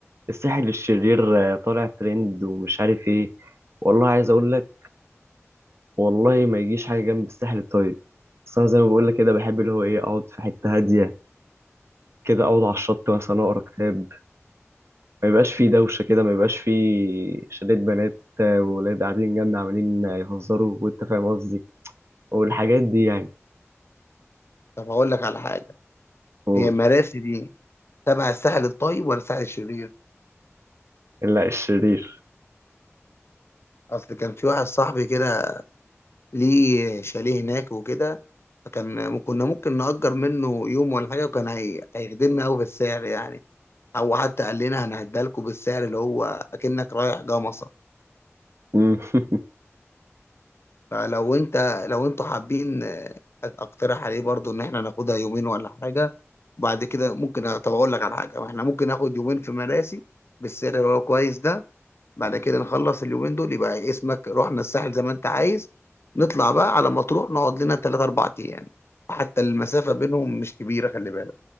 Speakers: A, on the right (about 60°); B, on the left (about 55°).
A: الساحل الشرير آه، طالع ترند ومش عارف ايه والله عايز اقول لك والله ما يجيش حاجه جنب الساحل الطيب بس انا زي ما بقول لك كده بحب اللي هو ايه اقعد في حته هاديه كده اقعد على الشط مثلا اقرا كتاب ما يبقاش فيه دوشه كده ما يبقاش فيه شلة بنات آه، وولاد قاعدين جنبنا عمالين يهزروا وانت فاهم قصدي والحاجات دي يعني
B: طب هقول لك على حاجة
A: قول.
B: هي مراسي دي تبع الساحل الطيب ولا الساحل الشرير
A: لا الشرير
B: اصل كان في واحد صاحبي كده ليه شاليه هناك وكده فكان كنا ممكن نأجر منه يوم ولا حاجة وكان هي... هيخدمنا أوي بالسعر يعني أو حتى قال لنا هنعدها لكم بالسعر اللي هو أكنك رايح جمصة
A: مم. <laughs>
B: فلو أنت لو أنتوا حابين آه، أقترح عليه برضو إن إحنا ناخدها يومين ولا حاجة وبعد كده ممكن طب أقول لك على حاجة إحنا ممكن ناخد يومين في مراسي بالسعر اللي هو كويس ده بعد كده نخلص اليومين دول يبقى اسمك رحنا الساحل زي ما انت عايز نطلع بقى على مطروح نقعد لنا 3 4 ايام حتى المسافة بينهم مش كبيرة خلي بالك